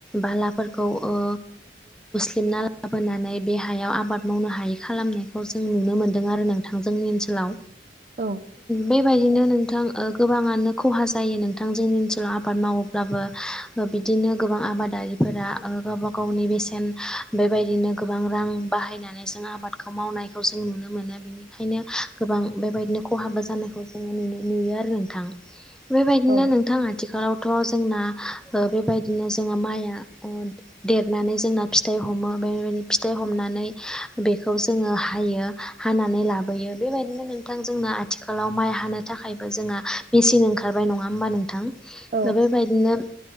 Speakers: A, in the centre; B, on the right.
A: बाथ्राफोरखौ ओ जबना लाबोनानै बे हायाव आबाद मावनो हायि खालामनायखौ जों नुनो मोन्दों आरो नोंथां जोंनि ओनसोलाव
B: औ
A: बेबायदिनो नों नोंथां गोबाङानो खहा जायो नोंथां जोंनि ओनसोलाव आबाद मावोब्लाबो बिदिनो गोबां आबादारिफोरा गावबा गावनि बेसेन बेबायदिनो गोबां रां बाहायनानै जों आबादखौ मावनायखौ जों नुनो मोनो बेनिखायनो गोबां गोबां बेबायदिनो खहाबो जानायखौ जोङो नुयो नुयो आरो नोंथां बेबायदिनो
B: औ
A: नोंथां आथिखालावथ' जोंना बेबायदिनो जों माइआ देरनानै जोंना फिथाइ हमो बेदि फिथाइ हमनानै बेखौ जोङो हायो हानानै लाबोयो बेबायदिनो नोंथां जोंना आथिखालाव माइ हानो थाखायबो जोंहा मेचन ओंखारबाय नङा होमबा नोंथां
B: औ
A: दा बेबायदिनो